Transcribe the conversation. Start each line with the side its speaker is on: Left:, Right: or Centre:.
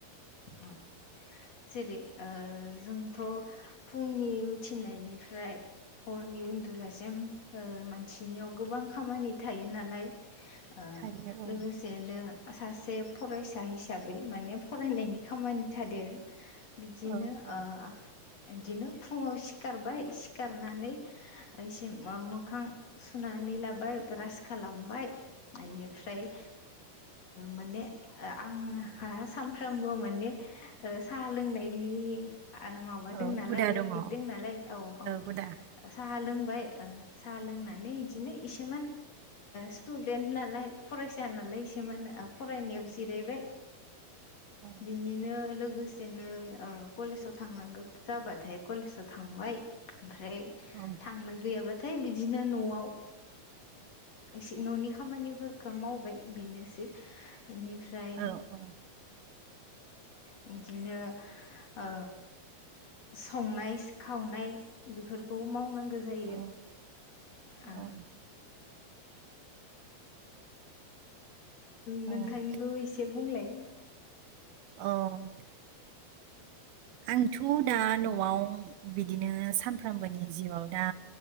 Left: अ जेरै जोंथ' फुंनि उथिनायनिफ्राय हरनि उन्दुजासिम मानसिनियाव गोबां खामानि थायो नालाय आं
Right: थायो औ
Left: लोगोसेनो सासे फरायसा हिसाबै माने फरायनायनि खामानि थादेरो बिदिनो
Right: औ
Left: आं
Right: औ
Left: बिदिनो फुङाव सिखारबाय सिखारनानै एसे मोखां सुनानै लाबाय ब्रास खालामबाय इनिफ्राय माने आंहा सानफ्रामबो माने आ साहा लोंनायनि आं माबा
Right: औ
Left: दं नालाय
Right: हुदा
Left: हेबिट
Right: दङ औ
Left: दं नालाय औ औ
Right: हुदा
Left: साहा लों बाय साह लोंनानै बिदिनो इसे स्टुडेथ नालाय फरायसा नालाय नायसोमोन फरायनायाव जिरायबाय
Right: औ
Left: बिनिनो लोगो लोगोसेनो कलेजाव थांनांगौ जाबाथाय कलेजाव थांबाय ओमफ्राय
Right: औ
Left: थांनो गैयाबाथाय बिदिनो न'आव एसे न'नि खामानिफोरखौ मावबाय बेनोसै बेनिफ्राय
Right: औ औ
Left: बिदिनो ओ संनाय खावनाय बेफोरखौ मावनांगौ गो जायो
Right: औ औ
Left: आ
Right: औ
Left: नोंथांनिखौ एसे बुंलाय
Right: औ आंथ' दा न'आव बिदिनो सानफ्रोमबोनि जिउआव दा